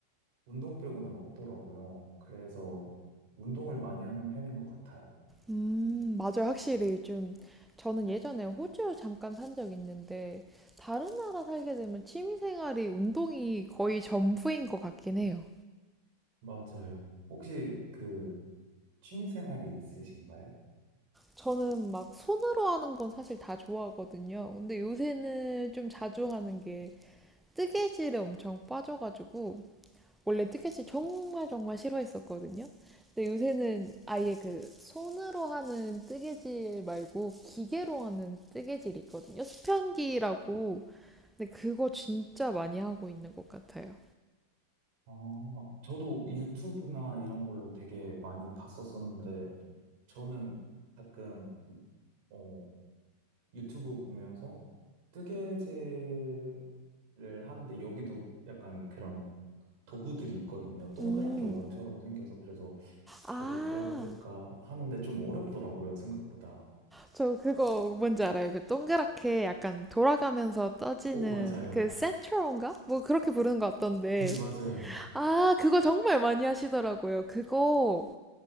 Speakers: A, on the right; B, in the centre.
A: 운동 빼고는 없더라고요. 그래서 운동을 많이 하는 편인 것 같아요.
B: 음, 맞아요. 확실히 좀 저는 예전에 호주 잠깐 산 적 있는데 다른 나라 살게 되면 취미 생활이 운동이 거의 전부인 것 같긴 해요.
A: 맞아요. 혹시 그 취미 생활이 있으신가요?
B: 저는 막 손으로 하는 건 사실 다 좋아하거든요. 근데 요새는 좀 자주 하는 게 뜨개질에 엄청 빠져가지고 원래 뜨개질 정말 정말 싫어했었거든요. 근데 요새는 아예 그 손으로 하는 뜨개질 말고 기계로 하는 뜨개질이 있거든요. 수편기라고. 근데 그거 진짜 많이 하고 있는 것 같아요.
A: 아, 저도 유튜브나 이런 걸로 되게 많이 봤었었는데 저는 가끔 어, 유튜브 보면서 뜨개질을 하는데 여기도 약간 그런 도구들이 있거든요. 동그랗게
B: 음,
A: 원처럼 생겨서 그래서 저도
B: 아,
A: 배워볼까 하는데 좀 어렵더라고요, 생각보다.
B: 저 그거 뭔지 알아요? 그 동그랗게 약간 돌아가면서 떠지는
A: 어, 맞아요.
B: 그 센트론가? 뭐 그렇게 부르는 것 같던데.
A: 네, 맞아요.
B: 아, 그거 정말 많이 하시더라고요. 그거,